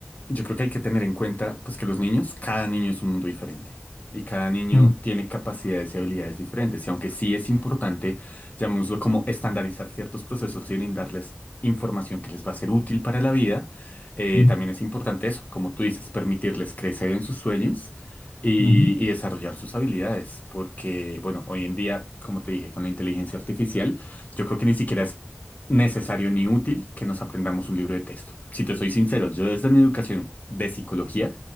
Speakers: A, on the left; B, on the left.
A: yo creo que hay que tener en cuenta, pues, que los niños, cada niño es un mundo diferente. Y cada niño
B: ujú,
A: tiene capacidades y habilidades diferentes. Y aunque sí es importante, llamémoslo como estandarizar ciertos procesos y brindarles información que les va a ser útil para la vida, eh,
B: ujú,
A: también es importante eso, como tú dices, permitirles crecer en sus sueños y,
B: ujú,
A: y desarrollar sus habilidades. Porque, bueno, hoy en día, como te dije, con la inteligencia artificial, yo creo que ni siquiera es necesario ni útil que nos aprendamos un libro de texto. Si te soy sincero, yo desde mi educación de psicología